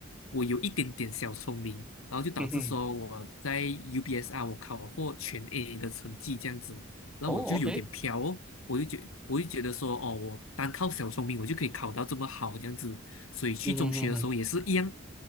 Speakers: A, on the left; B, in the centre.
A: 我有一点点小聪明。然后就导致说我在
B: 嗯哼，
A: UBSR 我考获全 A 的成绩这样子，然后我就有点飘哦，
B: 哦，OK，
A: 我就觉我就觉得说哦，我单靠小聪明我就可以考到这么好这样子，所以去中学的时候也是一样，
B: 嗯哼